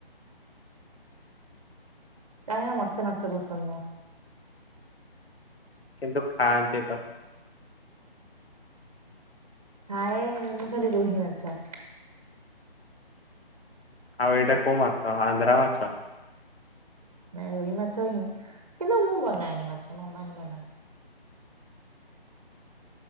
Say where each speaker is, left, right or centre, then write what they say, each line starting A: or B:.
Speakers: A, on the right; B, on the left.
A: କାହିଁକ ନା ମତେ ମାଛ ପସନ୍ଦ ନୁହଁ।
B: କିନ୍ତୁ ଖାଆନ୍ତି ତ।
A: ଖାଏ ମୁଁ ଖାଲି ରୋହି ମାଛ।
B: ଆଉ ଏଇଟା କୋଉ ମାଛ ଆନ୍ଧ୍ରା ମାଛ।
A: ନାଇଁ ରୋହି ମାଛ ହିଁ କିନ୍ତୁ ମୁଁ ବନାଏନି ମାଛ ମାମା ହିଁ ବନାନ୍ତି।